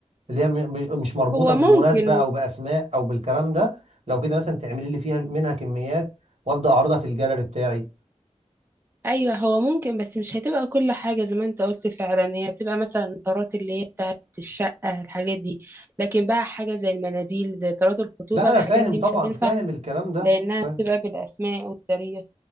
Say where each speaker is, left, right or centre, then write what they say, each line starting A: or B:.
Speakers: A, on the right; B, on the right.
A: اللي هي م- م- مش مربوطة
B: هو
A: بمناسبة
B: ممكن
A: او بأسماء او بالكلام ده لو كده مثلا تعملي لي فيها منها كميات وابدأ اعرضها في الجاليري بتاعي
B: ايوه هو ممكن بس مش هتبقى كل حاجة زي ما انت قلت فعلا هي بتبقى مثلا طارات اللي هي بتاعت الشقة الحاجات دي لكن بقى حاجة زي المناديل زي طارات الخطوبة
A: لا انا
B: الحاجات
A: فاهم
B: دي
A: طبعا
B: مش هتنفع
A: فاهم الكلام ده
B: لانها
A: فا-
B: بتبقى بالاسماء والتاريخ